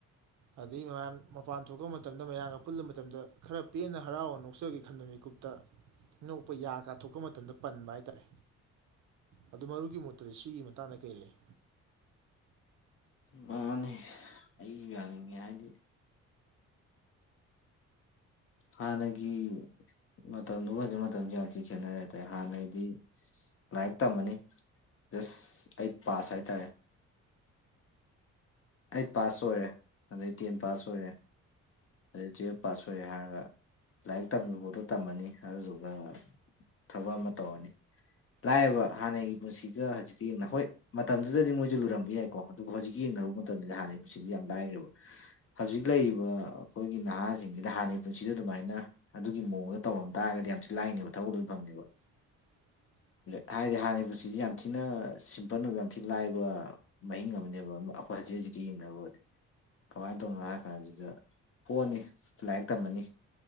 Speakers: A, on the right (about 70°); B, on the left (about 45°).
A: ꯑꯗꯩ ꯃꯌꯥꯝ ꯃꯄꯥꯟ ꯊꯣꯛꯄ ꯃꯇꯝꯗ ꯃꯌꯥꯝꯒ ꯄꯨꯜꯂ ꯃꯇꯝꯗ ꯈꯔ ꯄꯦꯟꯅ ꯍꯔꯥꯎꯔ ꯅꯣꯛꯆꯒꯦ ꯈꯟꯕ ꯃꯤꯀꯨꯞꯇ ꯅꯣꯛꯄ ꯌꯥꯒ ꯊꯣꯛꯄ ꯃꯇꯝꯗ ꯄꯟꯕ ꯍꯥꯏꯇꯥꯔꯦ ꯑꯗꯨ ꯃꯔꯨꯒꯤ ꯃꯨꯠꯇꯗꯤ ꯁꯤꯒꯤ ꯃꯇꯥꯡꯗ ꯀꯔꯤ ꯂꯩ
B: ꯃꯥꯅꯦ ꯑꯩꯁꯨ ꯌꯥꯅꯤꯡꯉ ꯍꯥꯏꯗꯤ ꯍꯒꯤ ꯃꯇꯝꯗꯨꯒ ꯍꯧꯖꯤꯛ ꯃꯇꯝꯁꯦ ꯌꯥꯝ ꯊꯤ ꯈꯦꯠꯅꯔꯦ ꯍꯥꯏꯇꯥꯔꯦ ꯍꯥꯟꯅꯩꯗꯤ ꯂꯥꯏꯔꯤꯛ ꯇꯝꯃꯅꯤ ꯖꯁ ꯑꯩꯠ ꯄꯥꯁ ꯍꯥꯏꯇꯥꯔꯦ ꯑꯩꯠ ꯄꯥꯁ ꯑꯣꯏꯔꯦ ꯑꯗꯩ ꯇꯦꯟ ꯄꯥꯁ ꯑꯣꯏꯔꯦ ꯑꯗꯩ ꯇꯨꯌꯦꯜꯞ ꯄꯥꯁ ꯑꯣꯏꯔꯦ ꯍꯥꯏꯔꯒ ꯂꯥꯏꯔꯤꯛ ꯇꯝꯕꯤꯕꯥꯎꯗꯣ ꯇꯝꯃꯅꯤ ꯑꯗꯨꯗꯨꯒ ꯊꯕꯛ ꯑꯃ ꯇꯧꯔꯅꯤ ꯂꯥꯛꯑꯦꯕ ꯍꯥꯟꯅꯒꯤ ꯄꯨꯟꯁꯤꯒ ꯍꯧꯖꯤꯛꯀ ꯌꯦꯡꯅ ꯍꯣꯏ ꯃꯇꯝꯗꯨꯗꯗꯤ ꯃꯣꯏꯁꯨ ꯂꯨꯔꯝꯕ ꯌꯥꯏꯀꯣ ꯑꯗꯨꯕꯨ ꯍꯧꯖꯤꯛꯀꯤ ꯌꯦꯡ ꯃꯇꯝ ꯍ ꯄꯨꯟꯁꯤ ꯌꯥꯝ ꯂꯥꯏꯈ꯭ꯔꯦ ꯍꯧꯖꯤꯛ ꯂꯩꯔꯤꯕ ꯑꯩꯈꯣꯏꯒꯤ ꯅꯍꯥ ꯆꯤꯡꯁꯤꯗ ꯍꯥꯟꯅꯒꯤ ꯄꯨꯟꯁꯤꯗ ꯑꯗꯨꯃꯥꯏꯅ ꯑꯗꯨꯒꯤ ꯃꯑꯣꯡꯗ ꯇꯧꯔꯝ ꯇꯥꯔꯒꯗꯤ ꯌꯥꯝꯁꯨ ꯂꯥꯏꯅꯦꯕ ꯊꯕꯛ ꯂꯣꯏꯅ ꯐꯪꯅꯦꯕ
A: <inaudible>
B: ꯍꯥꯏꯗꯤ ꯍꯥꯟꯒꯤ ꯄꯨꯟꯁꯤꯁꯤ ꯌꯥꯝ ꯊꯤꯅ ꯁꯤꯝꯄꯜ ꯑꯣꯏꯕ ꯌꯥꯝ ꯊꯤꯅ ꯂꯥꯏꯕ ꯃꯍꯤꯡ ꯑꯃꯅꯦꯕ ꯑꯩꯈꯣꯏ ꯕꯖꯦꯠꯁꯤꯒ ꯌꯦꯡꯅꯕꯣꯗꯤ ꯀꯃꯥꯏꯅ ꯇꯧꯅꯣ ꯍꯥꯏ ꯀꯥꯟꯁꯤꯗ ꯄꯣꯟꯅꯤ ꯂꯥꯏꯔꯤꯛ ꯇꯝꯃꯅꯤ